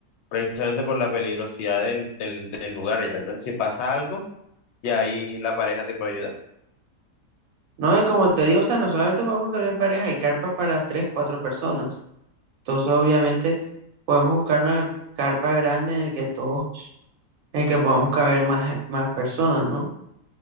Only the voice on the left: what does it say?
precisamente por la peligrosidad del, del, del lugar. Ya, entonces, si pasa algo, ya ahí la pareja te puede ayudar.